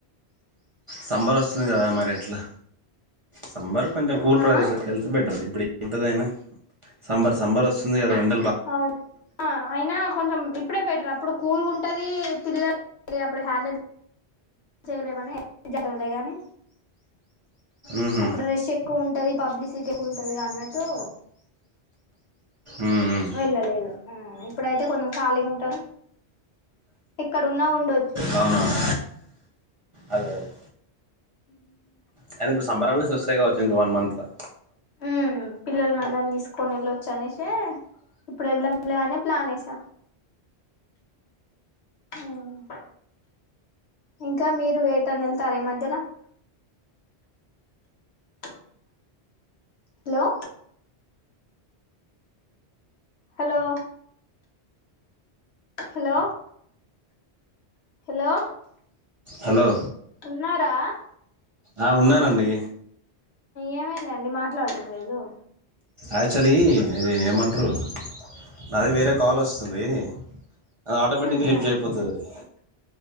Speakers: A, on the right; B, on the left.
A: సమ్మర్ వస్తుంది కదా మరి ఎట్లా సమ్మర్ కొంచెం కూల్ ప్రదేశాల
B: ఆ
A: వెళ్తే బెటర్ ఇప్పుడు ఉంటదియినా సంబర్ సంబర్ వస్తుంది కదండి
B: అవును అయినా కొంచెం బి అప్పుడే బెటర్ అప్పుడు కూల్గా ఉంటది పిల్లలు అప్పుడు హ్యాండిల్ చేయలేమని <inaudible> డలే గాని
A: ఉహు
B: అప్పుడు రెష్ ఎక్కువ ఉంటది పబ్లిసిటీ ఎక్కువ ఉంటది అన్నట్టు
A: ఉమ్
B: వెళ్ళలేదు హ్మ్ ఇప్పుడైతే కొంచెం ఖాళీగా టరు ఎక్కడున్నా ఉండొచ్చు
A: అవునవును అదే అదే
B: ఉమ్
A: అయన ఇప్పుడు సంబర్ హాలిడేస్ వస్తాయి కావచ్చు ఇంకా వన్ మంత్ లా
B: ఉమ్ పిల్లల్నిదని తీసుకు కొన్ని వెళ్ళొచ్చ అనేసి ఇప్పుడు వెళ్దాంలే అనే ప్లాన్ ఎసాం ఉమ్ ఇంకా మీరు ఏటానా వెళ్తారా ఈ మధ్యలా అ hello hello hello hello
A: hello
B: ఉన్నారా
A: ఆ ఉన్నానండి
B: ఏమైందండి మాట్లాడటం లేదు
A: యాక్చువలీ ఇది ఏమంటారు నాది వేరే కాల్ అస్తుంది అ ఆటోమేటిక్గా
B: ఉహు
A: లిఫ్జ్ అయిపోతది అది